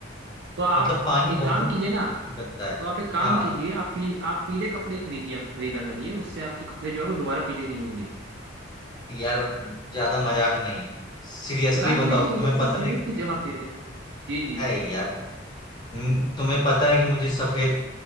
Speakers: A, on the right (about 60°); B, on the left (about 20°).
A: तो आप
B: मतलब पानी
A: एक काम
B: बहुत
A: कीजिए ना
B: गंदा है
A: तो आप एक काम
B: हाँ
A: कीजिए आप पी, आप पीले कपड़े खरीदिया खरीदा करिए उससे आपके कपड़े जो है वो दोबारा पीले नहीं होंगे
B: यार ज्यादा मजाक नहीं सीरियसली
A: <laughs> मजाक
B: बताओ
A: नहीं
B: तुम्हें
A: ये तो
B: पता
A: सीरियसली
B: है
A: जवाब दे रहे जी जी
B: ऐ यार हम्म, तुम्हें पता है कि मुझे सफेद